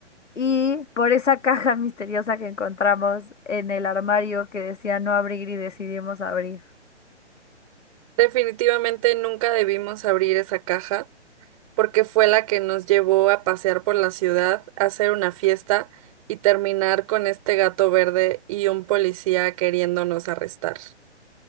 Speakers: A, on the left; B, on the right.
A: y por esa <laughs> caja misteriosa que encontramos en el armario que decía no abrir y decidimos abrir.
B: Definitivamente nunca debimos abrir esa caja porque fue la que nos llevó a pasear por la ciudad, a hacer una fiesta y terminar con este gato verde y un policía queriéndonos arrestar.